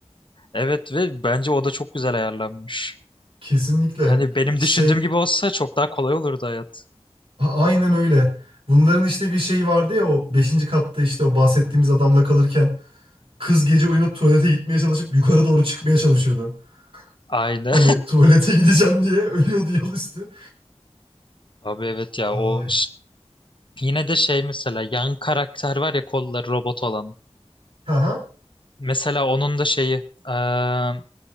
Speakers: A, on the left (about 50°); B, on the right (about 60°).
A: Evet ve bence o da çok güzel ayarlanmış.
B: <laughs> Kesinlikle.
A: Hani benim
B: Şey
A: düşündüğüm gibi olsa çok daha kolay olurdu hayat.
B: a- aynen öyle. Bunların işte bir şeyi vardı ya o beşinci katta işte o bahsettiğimiz adamla kalırken Kız gece uyanıp tuvalete gitmeye çalışıp yukarı doğru çıkmaya çalışıyordu.
A: Aynen.
B: Hani tuvalete <laughs> gideceğim diye ölüyordu yol üstü.
A: <laughs> Abi evet ya
B: Ay.
A: o Yine de şey mesela yan karakter var ya kolları robot olan.
B: Aha.
A: Mesela onun da şeyi eee,